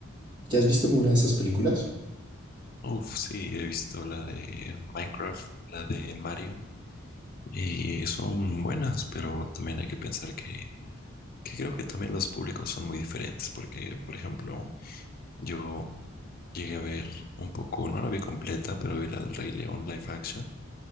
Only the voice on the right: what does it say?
¿Ya has visto alguna de esas películas?